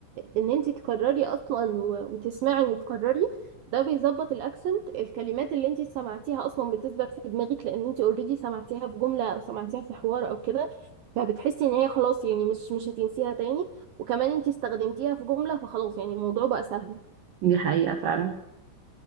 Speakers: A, on the right; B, on the right.
A: ان انت تكرري اصلا و- وتسمعي وتكرري ده بيظبط الاكسنت الكلمات اللي انت سمعتيها اصلا بتثبت في دماغك لان انت اوريدي سمعتيها في جمله او سمعتيها في حوار او كده فبتحسي ان هي خلاص يعني مش مش هتنسيها تاني وكمان انت استخدمتيها في جمله فخلاص يعني الموضوع بقى سهل
B: دي حقيقه فعلا